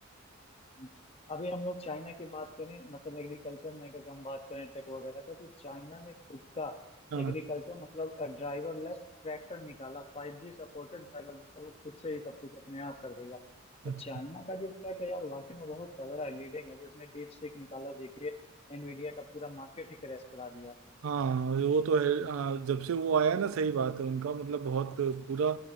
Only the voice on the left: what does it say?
हम्म। अभी हम लोग चाइना की बात करें मतलब एग्रीकल्चर में अगर हम बात करें टेक वगैरह का तो चाइना ने खुद का
एग्रीकल्चर मतलब ड्राइवर लेस ट्रैक्टर निकाला फाइव जी सपोर्टेड ड्राइवर मतलब वो खुद से ही सब कुछ अपने आप कर देगा तो
चाइना का जो टेक है यार वाकई में बहुत तगड़ा है लीडिंग है उसने डीप सीख निकाला देखिए एनवीडिया का पूरा मार्केट ही क्रैश करा दिया